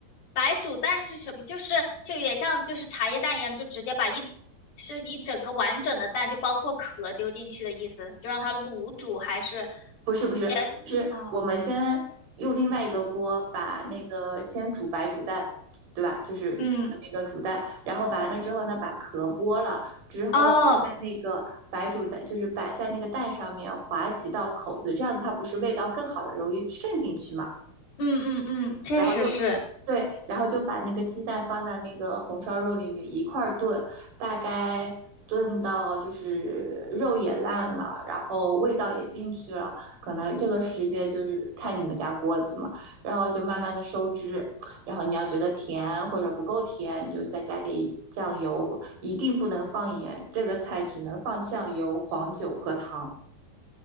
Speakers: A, on the left; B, on the right.
A: 白煮蛋是什么？就是就有点像就是茶叶蛋一样，就直接把一是一整个完整的蛋，就包括壳丢进去的意思，就让它卤煮，还是
B: 不是不是，
A: 直接
B: 是我们先用另外一个锅把那个先煮白煮蛋，
A: 嗯
B: 对吧？就是那个煮蛋，
A: 嗯，
B: 然后完了之后呢，把壳剥了之后，
A: 哦，
B: 在那个白煮蛋就是摆在那个蛋上面划几道口子，这样子它不是味道更好的，容易渗进去嘛？
A: 嗯嗯嗯，确实是。
B: 然后就对，然后就把那个鸡蛋放在那个红烧肉里面一块儿炖，大概炖到就是肉也烂了，然后味道也进去了，可能这个时间就是看你们家锅子嘛，然后就慢慢的收汁，然后你要觉得甜或者不够甜，你就再加点酱油，一定不能放盐，这个菜只能放酱油、黄酒和糖。